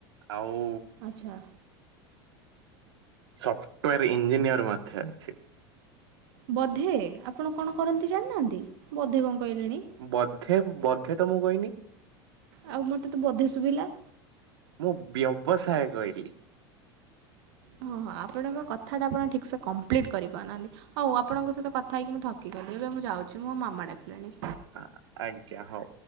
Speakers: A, on the right; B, on the right.
A: ଆଉ
B: ଆଚ୍ଛା।
A: ସଫ୍ଟୱୋରେ ଇଞ୍ଜିନିୟର୍ ମଧ୍ୟ ଅଛି।
B: ବୋଧେ ଆପଣ କଣ କରନ୍ତି ଜାଣିନାହାନ୍ତି ବୋଧେ କଣ କହିଲେଣି।
A: ବଧେ ବଧେ ତ ମୁଁ କହିନି।
B: ଆଉ ମତେ ତ ବଧେ ଶୁଭିଲା।
A: ମୁଁ ବ୍ୟବସାୟ କହିଲି।
B: ହଁ ହଁ ଆପଣଙ୍କ କଥାଟା ଆପଣ ଠିକ୍ ସେ କମ୍ପ୍ଲିଟ୍ କରିପାରୁନାହାନ୍ତି। ହଉ ଆପଣଙ୍କ ସହିତ କଥା ହେଇକି ମୁଁ ଥକି ଗଲି ଏବେ ମୁଁ ଯାଉଛି ମୋ ମାମା ଡାକିଲାଣି।
A: ଆଁ ଆଜ୍ଞା ହଉ।